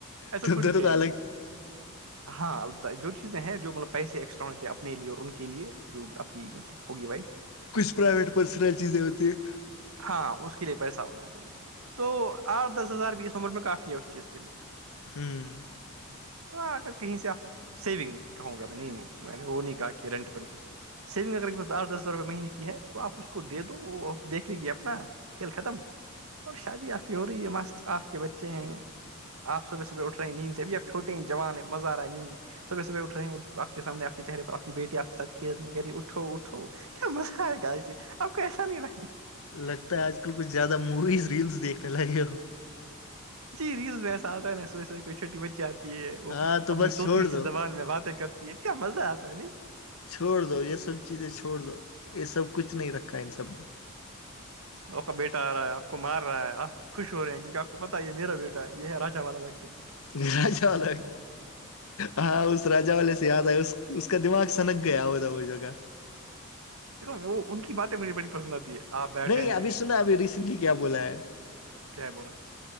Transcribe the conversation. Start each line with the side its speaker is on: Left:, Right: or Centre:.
Right: ایسا
Left: تم
Right: تھوڑی
Left: دونوں
Right: کہیں
Left: کا الگ
Right: گے اور ہاں البتہ جو چیزیں ہیں جو مطلب پیسے ایکسٹرا ہونے چاہیے اپنے لیے اور ان کے لیے جو آپ کی مطلب ہووگی بھ
Left: کچھ پرائیویٹ پرسنل چیزیں ہوتی ہیں
Right: ہاں اس کے لیے پیسہ ہونا چاہیے تو آٹ دس ہزار بیس عمر میں کافی ہے اس چیز کے لیے
Left: ہوں
Right: تو آ کر کہیں سے آ سیونگ کہوں گا میں نہیں میں نے وہ نہیں کہا کہ رینٹ پن سسٹم سیونگ اگر کی بس ٹ دس روپئے مہینے کی ہے تو آپ اس کو دے دو دیکھ لیجیے اپنا کھیل ختم اور شادی آپ کی ہو رہی ہے ماسٹر آپ کے بچے ہیں آپ صبح صبحٹ رہے نیند سے ابھیب چھٹے ہی ج جوان ہے مزہ آا ہے نیند میں صبح صبح اٹھے ہیں اور آ کے سامنے آ کے چہرے پر آ کی بیٹی آپ کے سھ کھی رہیھیری اٹھوٹو ہو کیا مزہ آئے گا ایے آپ کو ایسا نہیں رکھتا
Left: لگتا ہے آج کل کچھ زیادہ مویز ریلس دیکھنے لگے ہو
Right: جی ریلس میں ایسا آتا ن سو کوئی چھوٹی بچی آتی ہے وہ
Left: ہاں تو
Right: اپنی
Left: بس
Right: طوط
Left: چھوڑ دو
Right: سی زبان میں باتیں کرتے یہ کیا مزہ آتا ہے نی
Left: چھوڑ دو یہ سب چیزیں چھوڑ دو یہ سب کچھ نہیں رکھا ہے ان سب نے
Right: وہ کا بیٹا آ رہا ہے آپ کو مار رہا ہے آپ خوش ہو رہے ہیں کیونکہ آ کو پتا ہے یہ میرا بیٹ ہے یہ ہے را والا وکتو
Left: نیرا چال ہاں اس راجا والے سے یاد آئے اس کا دماغ سنک گیا ہو ج وہ جگہ
Right: دیکھو وہ ان کی باتیں مجے بڑی پسند آتی ہے آپ بیٹھے
Left: نہیں ابھی
Right: ہیں
Left: سنا ابھی ریسنٹلی کیا بولا ہے
Right: کیا بولا